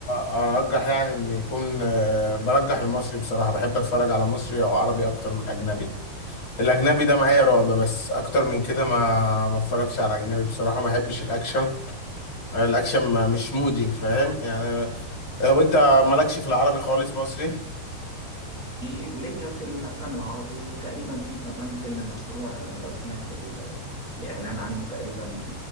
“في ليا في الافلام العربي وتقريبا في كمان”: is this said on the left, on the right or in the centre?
Right